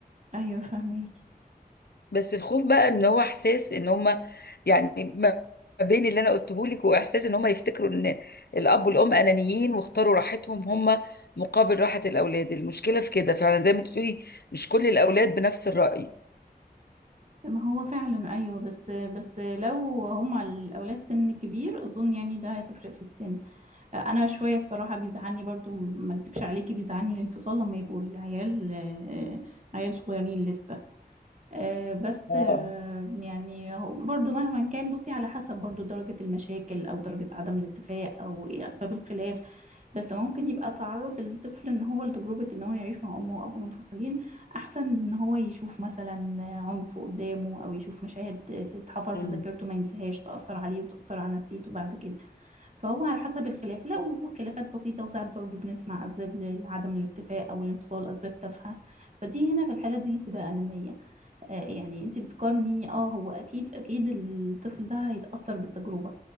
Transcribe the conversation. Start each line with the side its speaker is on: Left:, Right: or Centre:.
Right: أيوة فهميكي
Left: بس الخوف بقى إن هو إحساس إن هما يعني ما ما بين اللي أنا قلته لك وإحساس إن هما يفتكروا إن الأب والأم أنانيين واختاروا راحتهم هما مقابل راحة الأولاد المشكلة في كده فعلا زي ما أنت بتقولي مش كل الأولاد بنفس الرأي
Right: ما هو فعلا أيوة بس بس لو هما الأولاد سن كبير أظن يعني ده هتفرق في السن أنا شوية الصراحة بيزعلني برضو ما أكدبش عليكي بيزعلني الانفصال لما يبقوا العيال آه، عيال صغيرين لسه آه، بس
Left: اه
Right: آه، يعني هو برضو مهما كان بصي على حسب برضو درجة المشاكل أو درجة عدم الاتفاق أو إيه أسباب الخلاف بس ممكن يبقى تعرض الطفل إن هو لتجربة إن هو يعيش مع أمه وأبوه منفصلين أحسن من إن هو يشوف مثلا عنف قدامه أو يشوف مشاهد تتحفر
Left: مم.
Right: في ذاكرته ما ينساهاش تأثر عليه وتأثر على نفسيته بعد كده فهو على حسب الخلاف لا وخلافات بسيطة وساعات برضو بنسمع أسباب لعدم الاتفاق أو الانفصال أسباب تافهة فدي هنا في الحالة دي اللي بتبقى أنانية آه، يعني انت بتقارني اه هو اكيد اكيد الطفل ده هيتأثر بالتجربة